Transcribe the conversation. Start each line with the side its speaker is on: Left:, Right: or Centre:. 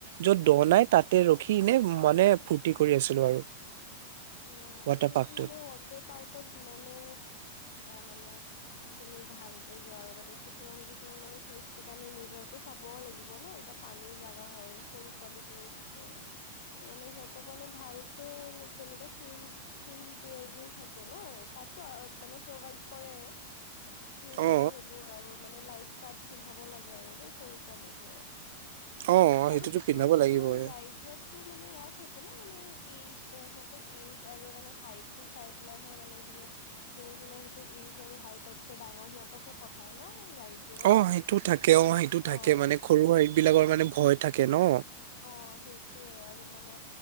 Right: য'ত দনাই তাতে ৰখি এনে মানে ফূৰৰ্তি কৰি আছিলো আৰু।
Left: অ
Right: ৱাটাৰ
Left: কিন্তু
Right: পাৰ্ক
Left: মানে ৱাটাৰ পাৰ্কত যিমানে মানে তুমি ভালকে যোৱা আৰু মানে কিছুমান কিছুমান মানে চেফটি কাৰণে নিজৰটো চাব লাগিব ন এতিয়া পানী পানী জোগা হয় সৰু পোৱালী বোৰ থাকে। ত মানে সিহঁতক মানে ভালকে যেনেকা চুইম চুইম বিয়েৰ বোৰ থাকে নহ তাতো মানে প্ৰভাইড কৰে। চুইম
Right: অ
Left: বোৰ সেইবোৰ আৰু মানে লাইফ গাৰ্ড পিন্ধাব লাগে আৰু দেই সৰু পোৱালীবোৰক
Right: অ সেইটোতো
Left: আৰু কিছুমান
Right: পিন্ধাব
Left: কিছুমান
Right: লাগিবই
Left: ৰাইজতটো মানে এয়া থাকে ন মানে এজ এইজ আৰু মানে হাইট টো চাই পেলাইহে মানে যোনে যোনে যোনে সেইটো এইজ আৰু হাইটত ডাঙৰ সিহঁতকে পঠায় ন? ৰাইডবোৰক
Right: অ সেইটো থাকে অ সেইটো থাকে
Left: অ
Right: মানে সৰু হাইট বিলাকৰ মানে ভয় থাকে ন।
Left: অ সেইটোয়ে আৰু মানে